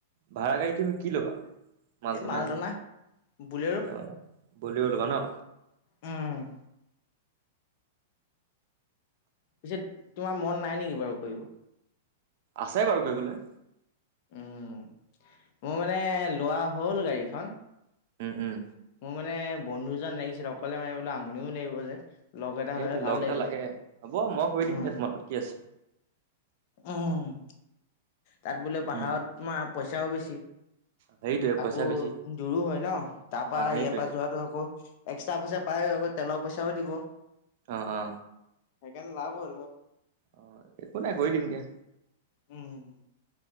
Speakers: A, on the right; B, on the left.
A: ভাড়া গাড়ী কি তুমি কি ল'বা মাল
B: এই
A: টনা
B: মালটনা
A: এনেই?
B: বুলেৰো
A: অ ব্ৰলেৰো লবা ন।
B: উম পিছে তোমাৰ মন নাই নেকি বাৰু কৰিব?
A: আছে বাৰু কৰিবলে
B: উম মোৰ মানে লোৱা হল গাড়ীখন
A: উম উম
B: মোৰ মানে বন্ধুজন লাগিছিল অকলে মাৰিবলে আমনিও লাগিব যে লগ এটা
A: সেইটোৱে
B: হ'লে ভাল
A: লগ
B: লাগিব।
A: এটা লাগে হ'ব মই গৈ দিম
B: উম,
A: দিয়া তোমাক কি আছে
B: উম তাত বোলে পাহাৰত
A: উম
B: তোমাৰ পইচাও বেছি
A: সেইটোৱে পইচা
B: আকৌ
A: বেছি
B: দূৰো হয় ন তাৰপা
A: অ
B: ইয়াৰ
A: সেইটোৱে
B: পৰা যোৱাটো আকৌ এক্সট্ৰা পইচা পায় আকৌ তেলৰ পইচাও দিব
A: অ অ
B: সেইকাৰণে লাভ হ'ল হয়
A: অ একো নাই গৈ দিম দিয়া
B: উম উম